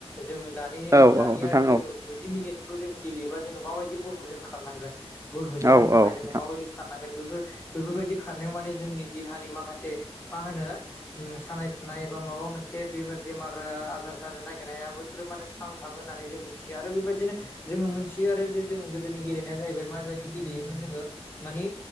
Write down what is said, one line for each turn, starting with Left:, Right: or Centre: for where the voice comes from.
Left: जोङ दानि
Right: औ
Left: दानिया
Right: औ नोंथां
Left: जोङो गुजि मिनिटखौ जों गेलेयोबा जोङो माबायदि बलखौ जों खारनांगोन बल होसोनो
Right: औ
Left: थाखाय
Right: औ नोंथां
Left: जोङो माबायदि खारनांगोन बेफोर बेफोरबायदि खारनायाव माने जोंनि देहानि माखासे मा होनो सानाय सुनाय एबा माबा मोनसे बे बेमार आजार जानो नागिरनायाबो बे फोरो माने स्रां थाङो होन्नानै जों मिथियो आरो बेबायदिनो जोङो मोनथियो आरो जे जों गोदोनि गेलेनाया जाहैबाय माबायदि गेलेयोमोन जोङो मानि